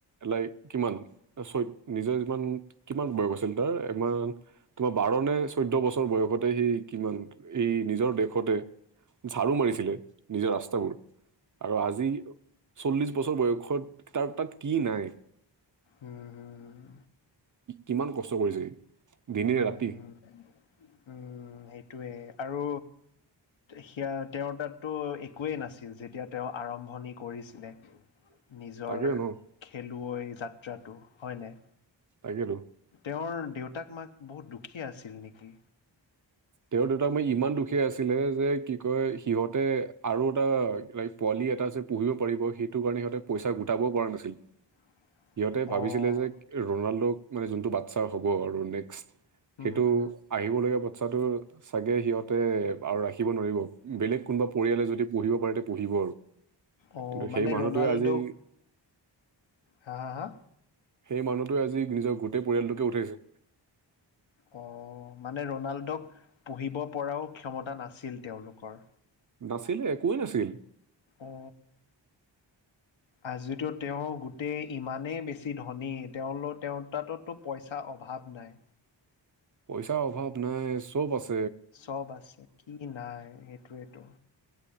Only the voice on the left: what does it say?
উম হম
উম
উম সেইটোৱে আৰু সেয়া তেওঁৰ তাততো একোৱেই নাছিল। যেতিয়া তেওঁ আৰম্ভণি কৰিছিলে। নিজৰ
খেলুৱৈ যাত্ৰাটো হয় নাই।
তেওঁৰ দেউতাক মাক বহুত দুখীয়া আছিল নেকি?
<inaudible>
অ হুম,
হুম, হুম।
অ
মানে
ৰনাল্ডোক
হা হা হা
অ মানে ৰনাল্ডক পুহিব পৰাও ক্ষমতা নাছিল তেওঁলোকৰ?
অ, আজিটো তেওঁ গোটেই ইমানেই বেছি ধনী তেওঁ, তেওঁ তাতো পইচাৰ অভাৱ নাই।
চব আছে, কি নাই সেইটোৱেতো।